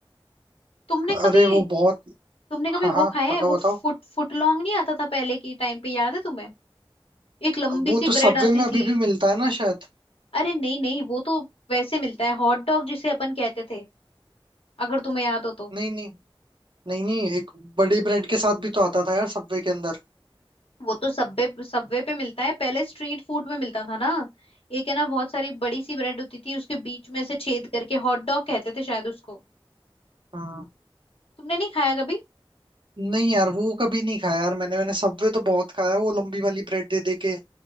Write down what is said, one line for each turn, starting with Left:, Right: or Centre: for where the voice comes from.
Left: तुमने कभी
Right: अरे वो बहुत
Left: तुमने कभी
Right: हाँ
Left: वो
Right: हाँ
Left: खाया
Right: बताओ
Left: है वो
Right: बताओ
Left: फुट फुट लॉन्ग नहीं आता था पहले के टाइम पे याद है तुम्हें एक लंबी
Right: वो
Left: सी
Right: तो सबवे
Left: ब्रेड आती
Right: में अभी
Left: थी
Right: भी मिलता है ना शायद
Left: अरे नहीं नहीं वो तो वैसे मिलता है हॉट डॉग जिसे अपन कहते थे अगर तुम्हें याद हो तो।
Right: नहीं नहीं नहीं नहीं एक बड़े ब्रेड के साथ भी तो आता था यार सबवे के अंदर
Left: वो तो सबवे सबवे पे मिलता है पहले स्ट्रीट फूड में मिलता था ना एक है ना बहुत सारी बड़ी सी ब्रेड होती थी उसके बीच में से छेद करके हॉट डॉग कहते थे शायद उसको
Right: हाँ
Left: तुमने नहीं खाया कभी
Right: नहीं यार वो कभी नहीं खाया यार मैंने मैंने सबवे तो बहुत खाया है, वो लंबी वाली ब्रेड दे दे के